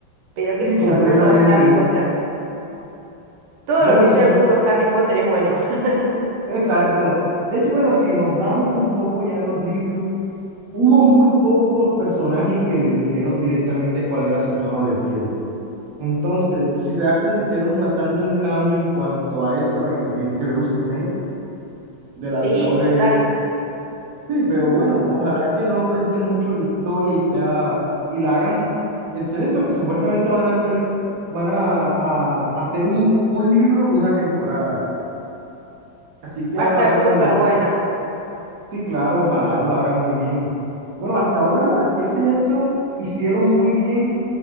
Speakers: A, on the right; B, on the right.
A: Pero
B: Sí,
A: qué sé
B: completamente.
A: yo, el mundo de Harry Potter. Todo
B: Bueno,
A: lo que sea
B: sí,
A: el mundo de Harry Potter es bueno. <laughs>
B: exacto. De hecho, bueno, si nos vamos un poco ya a los libros, hubo muy pocos personajes que les dijeron directamente cuál era su tono de piel. Entonces, si te das cuenta, hicieron bastante un cambio en cuanto a eso en, en Severus Snape, del
A: Sí,
B: actor.
A: total,
B: eh, Sí, pero bueno, ojalá que no afecte mucho la historia y sea, y la hagan excelente, que supuestamente van a hacer, van a, a hacer un, un libro, una temporada. Así que
A: va
B: la
A: a estar
B: hagan,
A: súper buena.
B: sí, claro, ojalá lo hagan muy bien. Bueno, hasta ahora la de Percy Jackson hicieron muy bien